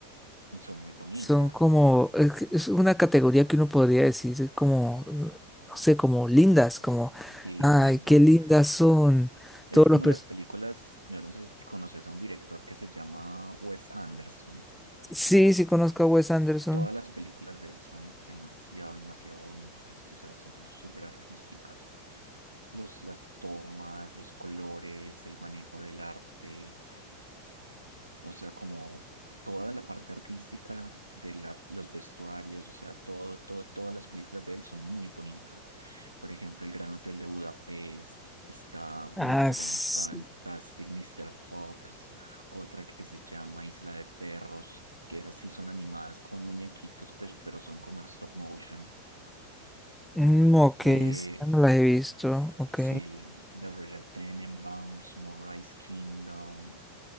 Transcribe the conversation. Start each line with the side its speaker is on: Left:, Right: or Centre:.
Right: Y son muy bonitas.
Centre: son como, es, que es una categoría que uno podría decir es como, no sé, como lindas, como,
Right: Sí,
Centre: ay,
Right: lindas.
Centre: qué lindas son.
Right: Es
Centre: Todos los
Right: como
Centre: pers-
Right: las películas, yo no sé si conoces a un director que se llama Wes Anderson.
Centre: Sí, sí conozco a Wes Anderson.
Right: Todas las películas de él son demasiado, demasiado bonitas, o sea, son súper artísticas. Los, las tomas, los colores, el manejo del arte, o sea, como toda la parte artística de la, los vestuarios, o sea, todo, todo, todas las películas de él son muy bonitas. Por ejemplo, El Gran Hotel de Budapest, está
Centre: Ah,
Right: una que se
Centre: s-
Right: llama Fantastic Mr. Fox, otra que se llama Isla de Perros, que esas sí son animadas con muñequitos, pues, pero son como stop motion.
Centre: mm, ok,
Right: Eh,
Centre: esa no las he visto, ok.
Right: sí, The Royal Tenenbaums, Moonrise Kingdom.